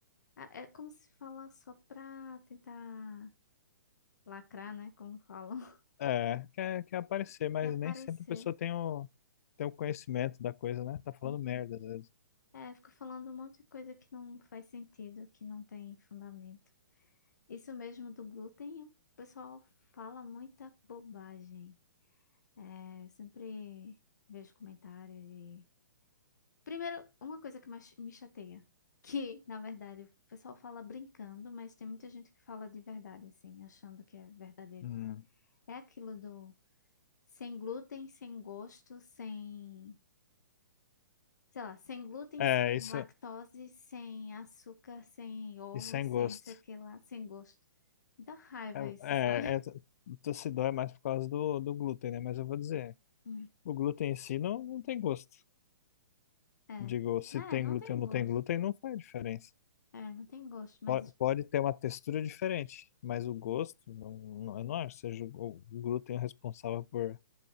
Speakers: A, on the left; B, on the left.
A: É é como se fala só pra tentar lacrar, né? Como falam, <laughs>
B: É, quer, quer aparecer, mas
A: e aparecer.
B: nem sempre a pessoa tem o, tem o conhecimento da coisa, né? Tá falando
A: Hum.
B: merda às vezes.
A: É, fico falando um monte de coisa que não faz sentido, que não tem fundamento. Isso mesmo do glúten, o pessoal fala muita bobagem. É, sempre vejo comentários de. Primeiro, uma coisa que mais me chateia, que na verdade o pessoal fala brincando, mas tem muita gente que fala de verdade, assim, achando que é verdadeiro.
B: Hum.
A: É aquilo do sem glúten, sem gosto, sem. Sei lá, sem glúten,
B: É,
A: sem
B: isso,
A: lactose, sem açúcar, sem ovo,
B: isso sem
A: sem
B: gosto.
A: não sei o que lá, sem gosto. Dá raiva
B: É,
A: isso,
B: é,
A: sabe?
B: é, tossidó é mais por causa do, do glúten, né? Mas eu vou dizer,
A: Hum.
B: o glúten em si não, não tem gosto.
A: É,
B: Digo, se
A: é,
B: tem
A: não
B: glúten
A: tem
B: ou
A: gosto.
B: não tem glúten, não faz diferença.
A: É, não tem gosto, mas.
B: Po- Pode ter uma textura diferente, mas o gosto, não, não, eu não acho que seja o o glúten responsável por,